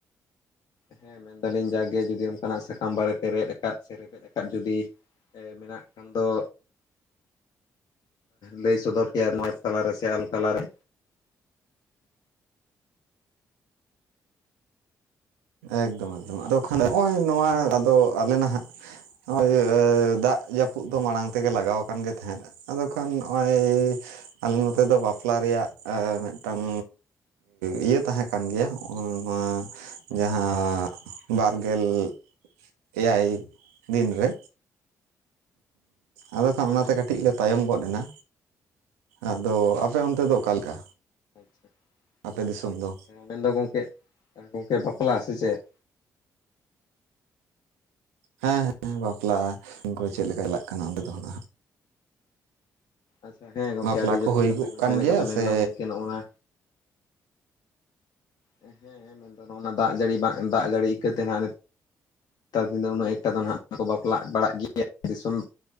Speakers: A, on the left (about 60°); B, on the right (about 85°).
A: ᱦᱮᱸ ᱢᱮᱱᱫᱟᱞᱤᱧ ᱡᱟᱜᱮ ᱡᱩᱫᱤ ᱚᱱᱠᱟᱱᱟᱜ ᱥᱟᱠᱟᱢ ᱵᱟᱨᱮᱛᱮ ᱨᱮᱮᱫ ᱟᱠᱟᱫ ᱥᱮ ᱨᱮᱵᱮᱫ ᱟᱠᱟᱫ ᱡᱩᱫᱤ ᱢᱮᱱᱟᱜ ᱠᱷᱟᱱ ᱫᱚ ᱞᱟᱹᱭ ᱥᱚᱫᱚᱨ ᱠᱮᱭᱟ ᱱᱚᱣᱟ ᱛᱟᱞᱟ ᱨᱮ ᱥᱮ ᱟᱞ ᱛᱟᱞᱟ ᱨᱮ
B: ᱮᱠᱫᱚᱢ ᱮᱠᱫᱚᱢ ᱟᱫᱚ ᱠᱷᱟᱱ ᱱᱚᱜᱼᱚᱭ ᱱᱚᱣᱟ ᱟᱫᱚ ᱟᱞᱮ ᱱᱟᱦᱟᱜ ᱱᱚᱜᱼᱚᱭ ᱫᱟᱜ ᱡᱟᱹᱯᱩᱫ ᱫᱚ ᱢᱟᱲᱟᱝ ᱛᱮᱜᱮ ᱞᱟᱜᱟᱣ ᱟᱠᱟᱱ ᱜᱮ ᱛᱟᱦᱮᱸᱱᱟ ᱟᱫᱚ ᱠᱷᱟᱱ ᱱᱚᱜᱼᱚᱭ ᱟᱞᱮ ᱱᱚᱛᱮ
A: ᱦᱳᱭ
B: ᱫᱚ ᱵᱟᱯᱞᱟ ᱵᱟᱯᱞᱟ ᱨᱮᱭᱟᱜ ᱢᱤᱫᱴᱟᱝ ᱤᱭᱟᱹ ᱛᱟᱦᱮᱸ ᱠᱟᱱ ᱜᱮᱭᱟ ᱱᱚᱣᱟ ᱡᱟᱦᱟᱸ ᱵᱟᱨᱜᱮᱞ ᱮᱭᱟᱭ ᱫᱤᱱ ᱨᱮ ᱟᱫᱚ ᱠᱷᱟᱱ
A: ᱦᱩᱸ
B: ᱚᱱᱟᱛᱮ ᱠᱟᱹᱴᱤᱡ ᱠᱟᱹᱴᱤᱡ ᱞᱮ ᱛᱟᱭᱚᱢ ᱜᱚᱫ ᱮᱱᱟ᱾ ᱟᱫᱚ ᱟᱯᱮ
A: ᱟᱪᱪᱷᱟ
B: ᱚᱱᱛᱮ ᱫᱚ ᱚᱠᱟᱞᱮᱠᱟ?
A: <unintelligible>
B: ᱟᱯᱮ ᱫᱤᱥᱚᱢ ᱫᱚ
A: ᱢᱮᱱᱫᱚ ᱜᱚᱝᱠᱮ ᱜᱚᱝᱠᱮ ᱵᱟᱯᱞᱟ ᱥᱮ ᱪᱮᱫ?
B: ᱦᱮᱸ ᱦᱮᱸ ᱵᱟᱯᱞᱟ ᱠᱚ ᱪᱮᱫ ᱞᱮᱠᱟ ᱪᱟᱞᱟᱜ ᱠᱟᱱᱟ ᱚᱸᱱᱛᱮ ᱠᱚᱦᱚᱸ?
A: ᱟᱪᱪᱷᱟ ᱦᱮᱸ ᱜᱚᱢᱠᱮ
B: ᱵᱟᱯᱞᱟ
A: ᱟᱹᱰᱤ
B: ᱠᱚ
A: ᱡᱚᱛᱷᱟᱛ
B: ᱦᱩᱭᱩᱜ
A: ᱠᱟᱛᱷᱟ ᱜᱮᱵᱮᱱ
B: ᱠᱟᱱ
A: ᱢᱮᱱ
B: ᱜᱮᱭᱟ
A: ᱠᱟᱫᱟ
B: ᱥᱮ
A: ᱢᱮᱱᱫᱚ ᱜᱚᱝᱠᱮ ᱱᱚᱜᱼᱚᱭ ᱱᱟ ᱦᱮᱸ ᱦᱮᱸ ᱢᱮᱱᱫᱚ ᱱᱚᱜᱼᱚᱭ ᱱᱟᱜ ᱫᱟᱜ ᱡᱟᱹᱲᱤ ᱵᱟᱝ ᱫᱟᱜ ᱡᱟᱹᱲᱤ ᱠᱟᱹᱛᱮ ᱱᱟᱜ ᱱᱮᱛᱟᱨ ᱫᱤᱱ ᱫᱚ ᱩᱱᱟᱹᱜ ᱮᱠᱴᱟ ᱫᱚ ᱱᱟᱦᱟᱜ ᱵᱟᱠᱚ ᱵᱟᱯᱞᱟᱜ ᱵᱟᱲᱟᱜ ᱜᱮᱭᱟ᱾ ᱫᱤᱥᱚᱢ